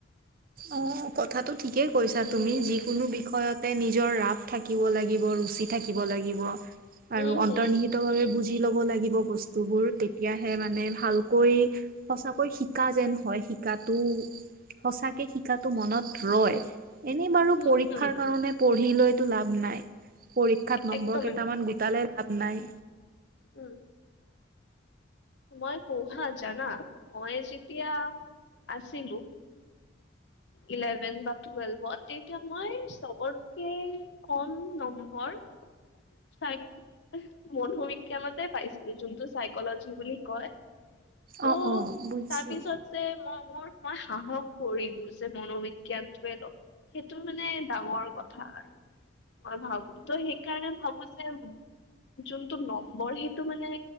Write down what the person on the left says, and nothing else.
উম
উম
হম
হম
হম
একদম
একদম
উম। মই কহা জানা মই যেতিয়া আছিলোঁ ইলেভেন বা টুৱেলভত তেতিয়া মই চবতকে কম নম্বৰ চাই মনোবিজ্ঞানতে পাইছিলো যোনটো চাইকলজি বুলি কয়। ত'
তাৰ পিছত যে মই মোৰ মই সাহস কৰিলোঁ যে মনোবিজ্ঞানটোৱে লম। সেইটো মানে ডাঙৰ কথা আৰু। মই ভাবো ত সেইকাৰণে ভাবো যে যোনটোু নম্বৰ সেইটো মানে